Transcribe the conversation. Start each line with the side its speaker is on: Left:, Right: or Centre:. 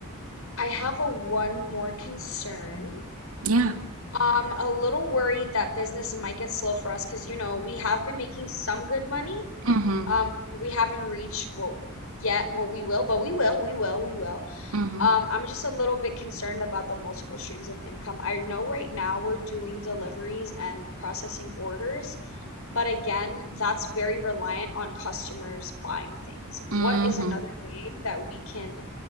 Left: I have a one more concern.
Right: Yeah.
Left: Um, a little worried that business might get slow for us because, you know, we have been making some good money,
Right: Mm-hmm.
Left: Um, we haven't reached what yet what we will, but we will, we will, we will.
Right: Mm-hmm.
Left: Um, I'm just a little bit concerned about the multiple streams of income. I know right now we're doing deliveries and processing orders, but again, that's very reliant on customers buying things. What
Right: Mm-hmm.
Left: is another way that we can